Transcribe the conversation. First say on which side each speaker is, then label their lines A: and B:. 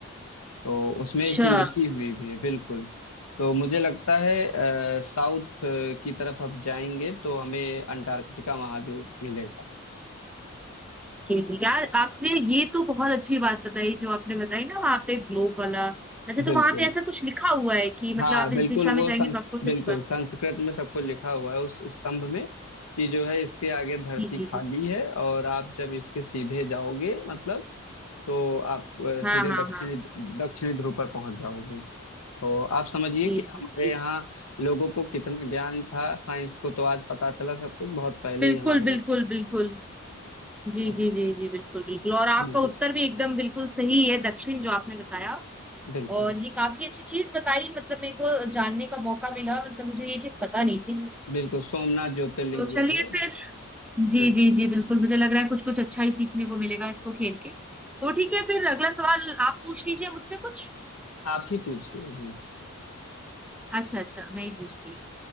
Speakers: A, on the left; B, in the centre.
A: तो उसमें
B: अच्छा
A: ये चीज लिखी हुई भी है बिल्कुल तो मुझे लगता है अ, साउथ की तरफ हम जाएंगे तो हमें अंटार्कटिका महाद्वीप मिलेगा
B: जी जी यार आपने ये तो बहुत अच्छी बात बताई जो आपने बताई ना वहाँ पे ग्लोब वाला अच्छा तो
A: बिल्कुल
B: वहाँ पे ऐसा कुछ लिखा हुआ है कि मतलब
A: हाँ
B: आप
A: बिल्कुल
B: इस दिशा
A: वो
B: में जाएंगे
A: संस
B: तो आपको
A: बिल्कुल
B: सिर्फ
A: संस्कृत में सबको लिखा हुआ है उस स्तंभ में कि जो है इसके आगे धरती
B: जी जी
A: खाली
B: जी
A: है और आप जब इसके सीधे जाओगे मतलब तो आप अ,
B: हाँ
A: सीधे
B: हाँ
A: दक्षिणी
B: हाँ
A: दक्षिणी ध्रुव पर पहुंच जाओगे तो आप समझिए
B: जी
A: कि हमारे
B: जी जी
A: यहाँ लोगों को कितना ज्ञान था साइंस को तो आज पता चला सब कुछ बहुत पहले
B: बिल्कुल
A: ही हमारे
B: बिल्कुल
A: यहाँ
B: बिल्कुल जी
A: तो
B: जी जी जी बिल्कुल बिल्कुल और आपका
A: बिल्कुल
B: उत्तर भी एकदम बिल्कुल सही है दक्षिण जो आपने बताया
A: बिल्कुल
B: और ये काफी अच्छी चीज बताई मतलब मेरे को जानने का मौका मिला मतलब मुझे ये चीज पता नहीं थी
A: बिल्कुल सोमनाथ ज्योतिर्लिंग
B: तो
A: जो
B: चलिए
A: है
B: फिर जी
A: बिल्कुल
B: जी जी बिल्कुल मुझे लग रहा है कुछ कुछ अच्छा ही सीखने को मिलेगा इसको खेल के तो ठीक है फिर अगला सवाल आप पूछ लीजिए मुझसे कुछ
A: आप ही पूछिए अभी
B: अच्छा अच्छा मैं ही पूछती हूँ